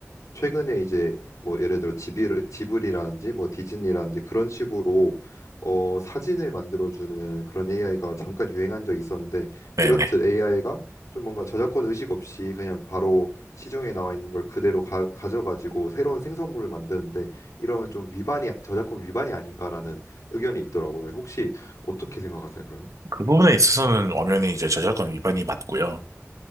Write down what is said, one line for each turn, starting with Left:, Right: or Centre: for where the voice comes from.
Left: 최근에 이제 뭐 예를 들어 지브 지브리라든지 뭐 디즈니라든지 그런 식으로 어 사진을 만들어주는 그런 AI가 잠깐 유행한 적이 있었는데
Right: 네네.
Left: 이렇듯 AI가 좀 뭔가 저작권 의식 없이 그냥 바로 시중에 나와 있는 걸 그대로 가, 가져가지고 새로운 생성물을 만드는데 이러면 좀 위반이 저작권 위반이 아닌가라는 의견이 있더라고요. 혹시 어떻게 생각하세요, 그러면?
Right: 그 부분에 있어서는 엄연히 이제 저작권 위반이 맞고요.